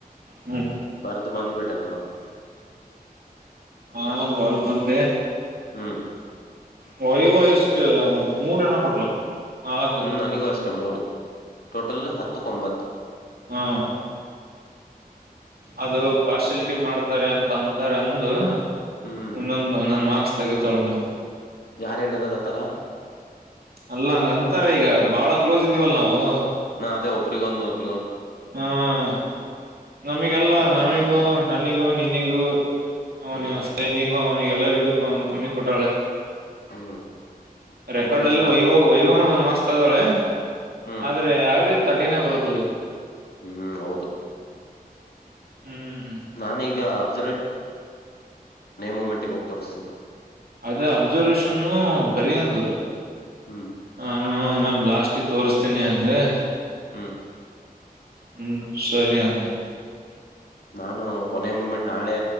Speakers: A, on the right; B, on the left.
A: ಹ್ಞೂ
B: ಬರ್ದು ಬಂದ್ಬಿಟೆ ನಾನು.
A: ನಾನು ಬರ್ದ್ ಬಂದೆ
B: ಹ್ಮ್
A: ಹೊಯ್ ಇವ ಎಷ್ಟ್ ಮೂರೆನ ಕೊಟ್ಲಪ್ಪ ನಾಲಕಕ್ಕ.
B: ಹ್ಮ್ ನನಗೂ ಅಷ್ಟೆ ಮೂರು ಟೋಟಲ್ ಹತ್ತಕ್ಕೊಂಬತ್ತು
A: ಹಾ ಅದು ಪಾರ್ಶಲಿ ಟಿ ಮಾಡ್ತಿದಾರೆ ಅಂತ್ ಅಂತೇಳ್ ಅಂದು
B: ಹ್ಮ್
A: ಒಂದೊಂದು ಒಂದೊಂದು ಮಾರ್ಕ್ಸ್ ತಗಿ ತಳಮಿ
B: ಯಾರ ಹೇಳಿರೋದತರ.
A: ಅಲ್ಲ ಹಂಗ ಅಂತಾರೆ ಈಗ ಬಾಳ ಕ್ಲೋಸ್ ಇದ್ದೀವಲ್ಲ ನಾವು
B: ನ ಅದೇ ಒಬ್ಬರಿ ಗೊಂದು ಒನ್
A: ಹ್ಮ್ ನಮಿಗಲ್ಲ ನಮಿ ಲೋ ನನಿಗೂ ನಿನ್ನಿಗೂ ನೋ
B: ಹ್ಮ್
A: ನ್ಯೂಸ್ <unintelligible> ಅವನಿಗೆ ಎಲ್ಲರಿಗೂ ಕಮ್ಮಿ ಕೊಟ್ಟವ್ಳೆ
B: ಹ್ಮ್
A: ರೆಕಾರ್ಡ್
B: ನನಗೂ
A: ಅಲ್ಲಿ
B: ಅಷ್ಟ
A: ವೈವಾ ವೈವಾನು ಒನ್ನೊಂದ್ ಮಾರ್ಕ್ಸ್ ತದಾಳೆ
B: ಹ್ಮ್
A: ಆದ್ರೆ ಯಾವರೆ ತರ್ಟಿನೇ ಬರುದುದು.
B: ಹ್ಮ್ ಹ್ಮ್ ಹೌದು
A: ಹ್ಮ್
B: ನಾನೀಗ ಪ್ ಮೂಮೆಂಟ್ಗೆ ಹೋಗಿ ತೋರಿಸ್ತೀನಿ
A: ಅದೇ ಅಬ್ಸರ್ವೇಶನ್ ಬರಿ ಅಂದ್ಲು
B: ಹ್ಮ್
A: ನಾನು ಮ್ಯಾಮ್ ಲಾಸ್ಟಿಗ್ ತೋರ್ಸ್ತೀನಿ ಅನ್ ದೆ
B: ಹ್ಮ
A: ಹ್ಮ್ ಸರಿ ಅನ್
B: ನಾನು ಕೊನೆ ಮೂಮೆಂಟ್ ನಾಳೆ